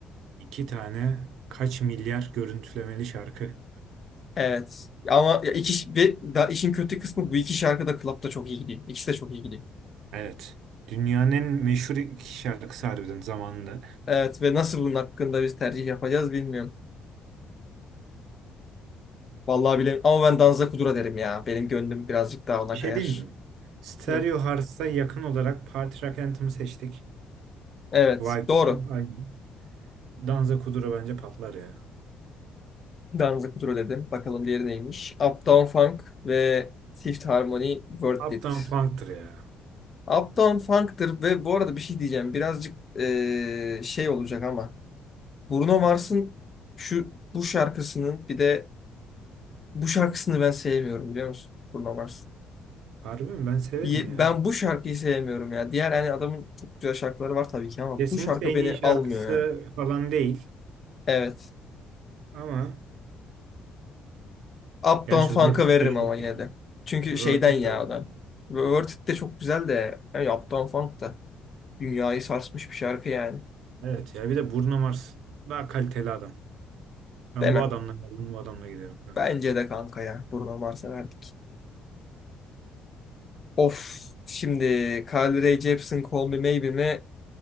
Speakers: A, on the right; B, on the left.
A: iki tane kaç milyar görüntülemeli şarkı.
B: Evet. Ama ya iki, ve da işin kötü kısmı bu iki şarkı da Club'da çok iyi gidiyor. İkisi de çok iyi gidiyor.
A: Evet. Dünyanın en meşhur iki şarkısı harbiden zamanında.
B: Evet ve nasıl bunun hakkında biz tercih yapacağız bilmiyorum. Vallahi bilmiyorum ama ben Danza Kudura derim ya. Benim gönlüm birazcık daha ona
A: Bir şey
B: kayar.
A: diyeyim mi? Stereo
B: Hı.
A: Hearts'a yakın olarak Party Rock Anthem'ı seçtik.
B: Evet
A: Vibes
B: doğru.
A: al, aynı. Danza Kuduro bence patlar ya.
B: Danza Kudura dedim. Bakalım diğeri neymiş? Uptown Funk ve Fifth Harmony Worth
A: Uptown
B: It.
A: Funk'tır ya.
B: Uptown Funk'tır ve bu arada bir şey diyeceğim. Birazcık eee, şey olacak ama. Bruno Mars'ın şu bu şarkısının bir de bu şarkısını ben sevmiyorum biliyor musun? Bruno Mars.
A: Harbi mi? Ben severim
B: Ye-
A: ya.
B: Ben bu şarkıyı sevmiyorum ya. Diğer hani adamın çok güzel şarkıları var tabii ki ama
A: Kesinlikle
B: bu şarkı
A: en
B: beni
A: iyi şarkısı
B: almıyor ya.
A: falan değil.
B: Evet.
A: Ama
B: Uptown
A: gerçi
B: Funk'a
A: Worth
B: veririm
A: It de çok
B: ama yine
A: iyi ya.
B: de. Çünkü
A: Worth
B: şeyden
A: It
B: ya
A: de var.
B: o da.
A: yani.
B: Ve Worth It de çok güzel de. Yani Uptown Funk da. Dünyayı sarsmış bir şarkı yani.
A: Evet ya bir de Bruno Mars. Daha kaliteli adam. Ben
B: Demem.
A: bu adamla geldim bu adamla giderim kanka.
B: Bence de kanka ya. Bruno Mars'a verdik. Of. Şimdi Carly Rae Jepsen Call Me Maybe mi?